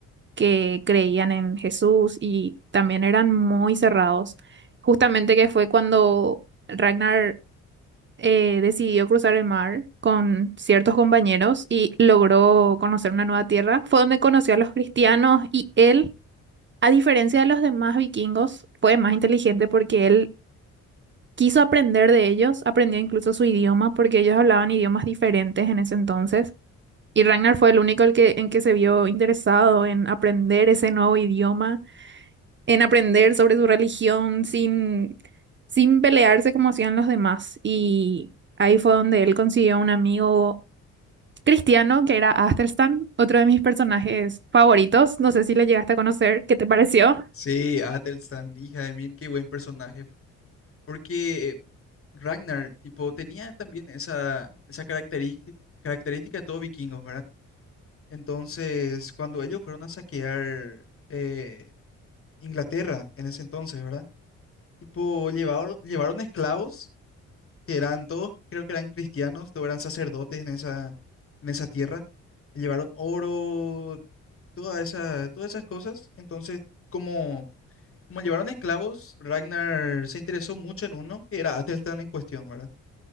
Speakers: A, on the right; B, on the left.
A: que creían en Jesús y también eran muy cerrados. Justamente que fue cuando Ragnar eh, decidió cruzar el mar con ciertos compañeros y logró conocer una nueva tierra. Fue donde conoció a los cristianos y él, a diferencia de los demás vikingos, fue más inteligente porque él quiso aprender de ellos, aprendió incluso su idioma porque ellos hablaban idiomas diferentes en ese entonces. Y Ragnar fue el único el que, en que se vio interesado en aprender ese nuevo idioma en aprender sobre su religión sin, sin pelearse como hacían los demás. Y ahí fue donde él consiguió un amigo cristiano que era Athelstan, otro de mis personajes favoritos. No sé si le llegaste a conocer, ¿qué te pareció?
B: Sí, Athelstan, hija de mil, qué buen personaje Porque eh, Ragnar, tipo, tenía también esa, esa característica, característica de todo vikingos, ¿verdad? Entonces, cuando ellos fueron a saquear eh, Inglaterra en ese entonces, ¿verdad? Tipo, llevaron, llevaron esclavos, que eran todos, creo que eran cristianos, todos eran sacerdotes en esa, en esa tierra. Llevaron oro, toda esa, todas esas cosas. Entonces, como, como llevaron esclavos, Ragnar se interesó mucho en uno, que era Atelstan en cuestión, ¿verdad?